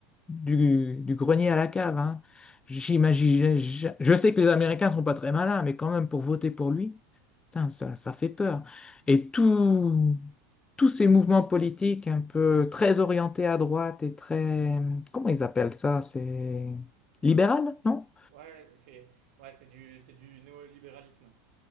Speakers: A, on the left; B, on the right.
A: du, du grenier à la cave, hein. J'imagine, je, je sais que les Américains sont pas très malins, mais quand même pour voter pour lui. Putain, ça, ça fait peur. Et tout- tous ces mouvements politiques un peu très orientés à droite et très... Comment ils appellent ça? C'est libéral, non?
B: Ouais, c'est ouais, c'est du c'est du néolibéralisme